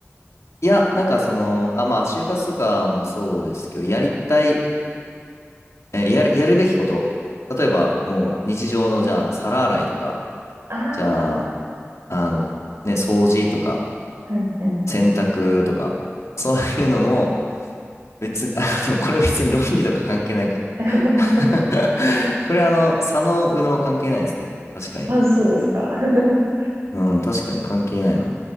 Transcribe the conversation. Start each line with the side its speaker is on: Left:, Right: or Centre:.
Left: いや、なんかその、あ、まあ、就活とかもそうですけど、やりたい、えーやる、やるべきこと。例えば、もう、日常の、じゃあ、皿洗いとか、
Right: ああう
Left: じゃあ、あの、ね、掃除とか、
Right: んうんうん。
Left: 洗濯とか、そういうのも、別に、あ、<laughs> でもこれ別に論理とか関係ないか。
Right: <laughs>
Left: <laughs> これあの、左脳右脳関係ないですね。確かに。
Right: あ、そうですか。<laughs>
Left: うん、確かに関係ないな。